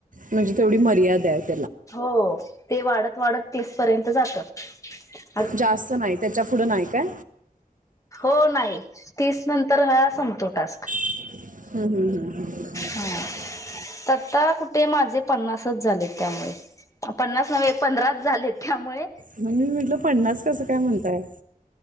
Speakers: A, on the right (about 60°); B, on the left (about 20°).
A: म्हणजे तेवढी मर्यादा आहेत.
B: हो. ते वाढत वाढत तीसपर्यंत जातं -
A: जास्त नाही त्याच्या पुुढं नाही काय?
B: हो नाही तीस नंतर हळा संपतो टास्क-
A: हम्म हम्म हम
B: हा आता कुठे माझे पन्नासच झाले. त्यामुळे पन्नास न पंधराच झाले त्यामुळे
A: मम्हणून मी म्हटलं पन्नास कसं काय म्हणताय?